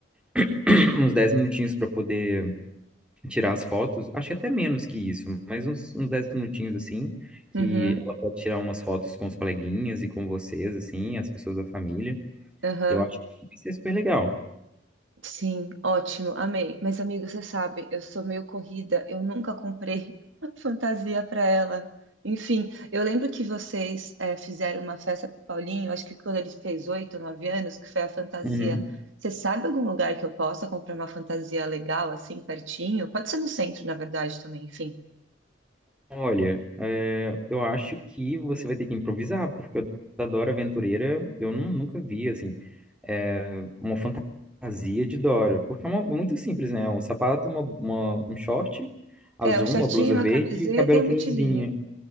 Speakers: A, in the centre; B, on the right.
A: <clears throat> uns 10 minutinhos para poder tirar as fotos, acho que até menos que isso, mas uns, uns 10 minutinhos assim,
B: Uhum,
A: que ela pode tirar umas fotos com os coleguinhas e com vocês, assim, as pessoas da família.
B: uhum.
A: Eu acho que vai ser super legal.
B: Sim, ótimo, amei. Mas, amigo, você sabe, eu sou meio corrida, eu nunca comprei <laughs> fantasia para ela. Enfim, eu lembro que vocês eh, fizeram uma festa pro Paulinho, acho que quando ele fez oito, ou nove anos, que foi a fantasia.
A: Uhum.
B: Você sabe algum lugar que eu possa comprar uma fantasia legal, assim, pertinho? Pode ser no centro, na verdade, também, enfim.
A: Olha, é, eu acho que você vai ter que improvisar, porque eu da Dora Aventureira eu nu- nunca vi, assim, é, uma fantasia de Dora, porque é uma- muito simples, né? Um sapato, uma, uma- um short azul,
B: É, um shortinho,
A: uma blusa
B: uma
A: verde
B: camiseta
A: e o cabelo
B: e
A: franzinho.
B: uma mochilinha.